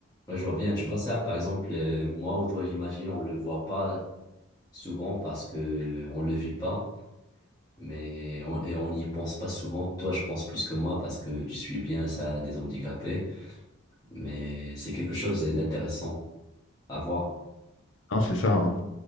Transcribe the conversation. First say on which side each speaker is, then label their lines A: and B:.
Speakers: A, on the left; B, on the left.
A: Ouais, je vois bien. Tu vois ça, par exemple, euh, moi ou toi, j'imagine, on le voit pas souvent parce que on le vit pas, mais on, et on n'y pense pas souvent. Toi, je pense plus que moi parce que tu suis bien ça des handicapés. mais c'est quelque chose d'intéressant à voir.
B: Hein, c'est ça. hein.